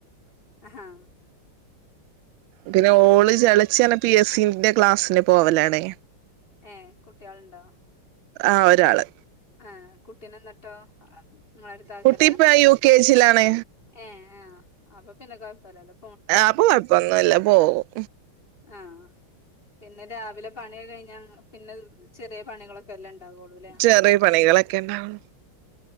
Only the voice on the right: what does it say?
പിന്നെ ഓൾ ജെളെച്ചി പി എസ് സിന്റെ ക്ലാസ്സിന് പോവല്ലാണ്
ആഹ് ഒരാള്
കുട്ടി ഇപ്പ യു കെ ജിയിലാണ്
ആഹ പോ കൊയപ്പൊന്നുല്ല പോവും
ചെറിയേ പണികളൊക്കെ ണ്ടാവൊ